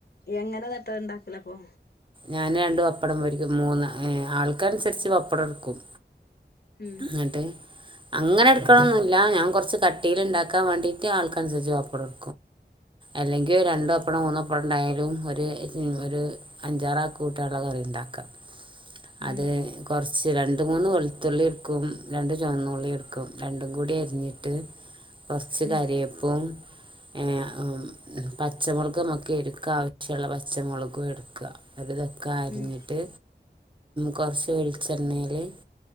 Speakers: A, on the left; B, on the right.
A: എങ്ങനെ ന്നട്ടാ ഇണ്ടാക്കലപ്പോ
B: ഞാന് രണ്ടു ബപ്പടം പൊരിക്കും മൂന്ന് ഏ ആൾക്ക് അനുസരിച്ച് ബപ്പടം ഇടുക്കും
A: ഉം
B: എന്നിട്ട് അങ്ങനെ എടുക്കണൊന്നുല്ല ഞാൻ കൊറച്ച് ക ട്ടിയിൽ ഉണ്ടാക്കാൻ വേണ്ടിണ്ട് ആൾക്കനുസരിച്ച് ബപ്പടം ഇ അല്ലെങ്കിൽ രണ്ട് ബപ്പടം മൂന്നപ്പടം ഉണ്ടായാലും ഒര് ഒര് അഞ്ചാറ് ആൾക്ക് കൂട്ടാൻ ഉള്ള കറി ഇണ്ടാക്കാ അത്
A: ഉം
B: കുറച്ച് രണ്ട് മൂന്ന് വെൾ ത്തുള്ളി എടുക്കും രണ്ട് ചൊമന്നു ക്കും രണ്ടും കൂടി അരിഞ്ഞിട്ട് കുറച്ച്
A: ഉം
B: കറിവേപ്പും ഏഹ് അം പച്ചമുളക് നമക്ക് എരുക്ക് ആവശ്യള്ള പച്ചമുളകും എടുക്ക ഇന്നട്ട് ഇതൊക്കെ അരിഞ്ഞിട്ട്
A: ഉം
B: കുറച്ച് വെളിച്ചണ്ണേല്